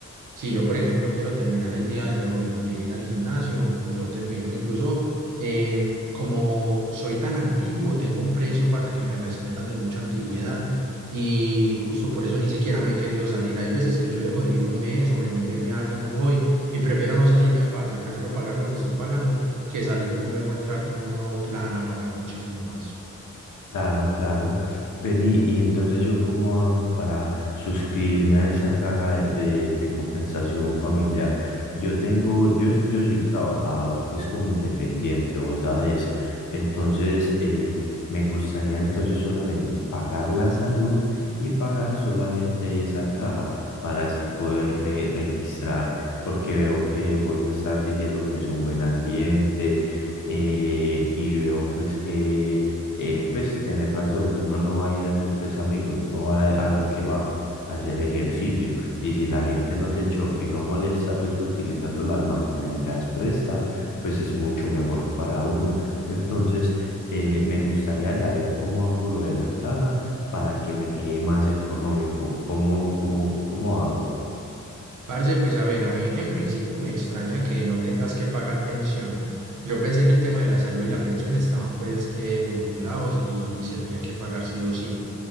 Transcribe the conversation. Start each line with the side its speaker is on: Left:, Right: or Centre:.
Right: si yo, por ejemplo, quiero terminar el día de hoy de ir al gimnasio, yo termino. Incluso em, como soy tan antiguo, tengo un precio, parce, que me respetan de mucha antigüedad. Y justo por eso ni siquiera me he querido salir. Hay veces que yo dejo de ir un mes o me voy de viaje y no voy y prefiero no salirme, parce, prefiero pagar lo que estoy pagando que salirme y luego entrar con un nuevo plan a pagar muchísimo más.
Left: Claro, claro. Vení, y entonces yo cómo hago para suscribirme a esa caja de, de- de compensación familiar. Yo tengo, yo, yo soy trabajador, pues como independiente, vos sabes. Entonces, eh, me gustaría entonces solamente pagar la salud y pagar solamente esa caja para así poderme registrar, porque veo que pues me estás diciendo que es un buen ambiente eh, y veo pues que eh, pues tener razón, uno no va a ir a hacer pues amigos, uno va a, a lo que va, a hacer ejercicio. Y si la gente no se choca y no molesta pues utilizando las máquinas y las presta, pues es mucho mejor para uno. Entonces, eh, me gustaría saber cómo hago lo de la caja para que me quede más económico. ¿Cómo, cómo, cómo hago?
Right: Parce, pues a ver, a mí en principio me extraña que no tengas que pagar pensión. Yo pensé que el tema de la salud y la pensión estaban pues eh, vinculados y, y se tenían que pagar sí o sí.